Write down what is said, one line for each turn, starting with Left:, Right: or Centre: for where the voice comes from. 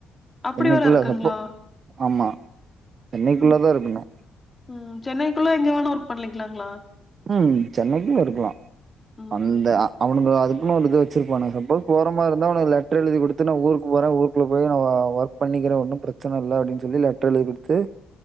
Left: அப்படி
Right: சென்னைகுள்ள
Left: வேற இருக்குங்களா?
Right: சப்போ ஆமா சென்னைக்குள்ள
Left: ம்.
Right: தா இருக்கணும்
Left: ம் சென்னைக்குள்ள எங்க வேணா ஒர்க் பண்ணிக்கலாங்களா
Right: ம் சென்னைக்குள்ள இருக்கலா
Left: ம்.
Right: அந்த அவுனுங்க அதுக்குனு ஒரு இது வச் சிருப்பானுங்க சப்போஸ் போற மாரி இருந்தா ஒனக்கு லெட்டர் எழுதி குடுத் து நா ஊருக்கு போறன் ஊருக்குள்ள போயி நா ஒ ஒர்க் பண்ணிக்கிற ஒன்னும் பிரச்சன இல்ல அப்டின் சொல்லி லெட்டர் எழுதி குடுத்து